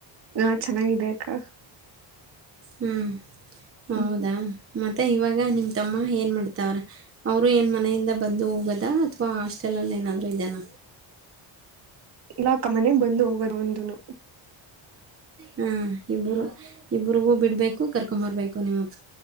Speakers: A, on the right; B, on the right.
A: ಹಾ ಚೆನ್ನಾಗಿದೆ ಅಕ್ಕ
B: ಹ್ಮ್ ಹೌದಾ
A: ಹ್ಮ್
B: ಮತ್ ಮತ್ತೆ ಇವಾಗ ನಿಮ್ ತಮ್ಮ ಏನು ಮಾಡ್ತಾವ್ರೇ ಅವರು ಏನ್ ಮನೆಯಿಂದ ಬಂದು ಹೋಗೋದ ಅಥ್ವಾ ಹಾಸ್ಟೆಲಲ್ಲಿ ಏನಾದರೂ ಇದಾನ
A: ಇಲ್ಲ ಅಕ್ಕ ಮನೆಗ್ ಬಂದು ಹೋಗೋದು ಅವ್ನ್ದೂನು
B: ಹಾ ಇಬ್ಬರು ಇಬ್ರಿಗೂ ಬಿಡ್ಬೇಕು ಕರ್ಕೊಂಬರ್ಬೇಕು ನಿಮ್ ಅಪ್ಪ್